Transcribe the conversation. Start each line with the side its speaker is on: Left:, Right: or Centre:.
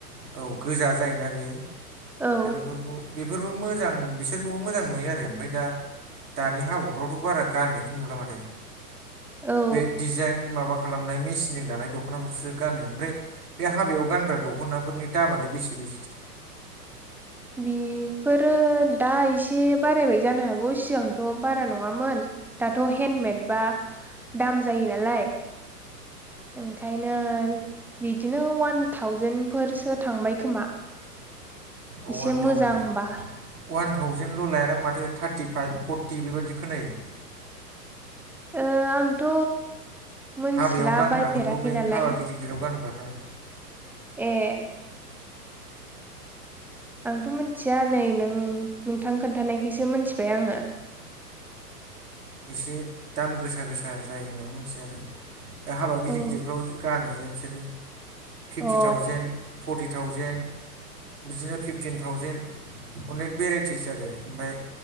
Right: औ गोजा जायोना बेयो दा
Centre: औ
Right: बेफोरखौ बेफोरबो मोजां बिसोरखौबो मोजां नुयो आरो ओमफ्राय दा दानि हाबाफ्रावथ' बारा गाननायखौ नुला माथो।
Centre: औ
Right: बे डिजाइन माबा खालामनाय मेसिनजों दानाय दख'नाफोरसो गानो ओमफ्राय बे हाबायाव गानग्रा दख'नाफोरनि दामालाय बेसे बेसेथो
Centre: बिफोरो दा एसे बारायबाय जानो हागौ सिगांथ' बारा नङामोन। दाथ' हेन्दमेडबा दाम जायो नालाय। ओंखायनो बिदिनो वान थावजेनफोरसो थांबाय खोमा।
Right: अवान
Centre: एसे मोजांबा
Right: थाव अवान थावजेनल' लायादां माथो थार्टिफाइभ फर्टि बेबायादि खोनायो।
Centre: ओ आंथ' मोनथिला
Right: हाबायाव गानग्राफोरखौ
Centre: बायफेराखै
Right: बै
Centre: नालाय
Right: हाबा गिदिर गिदिराव गानग्राफ्रा
Centre: एह। आंथ' मिथिया नै नों नोंथां खोन्थानायखायसो मिथिबाय आङो।
Right: एसे दाम गोसा गोसा जायो होननानै मिथियो आरो दा हाबा गिदिर
Centre: अ
Right: गिदिरफ्राव गानो जे बिसोरो फिफ्टि
Centre: औ
Right: थावजेेन फर्टि थावजेेन बिदिनो फिफटिन थावजेन अनेक भेराइटिस आरो ओमफ्राय